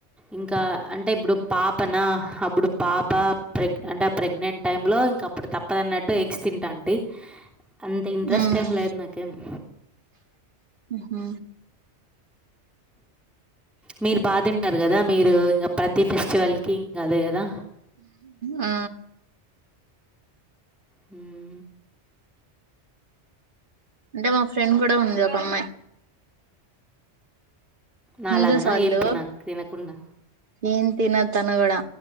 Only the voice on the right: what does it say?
ఉమ్
ఉహు
ఆ
అంటే మా ఫ్రెండ్ కూడ ఉంది ఒక అమ్మాయి
హిందూస్ వాళ్లు
ఏం తినదు తను కూడ.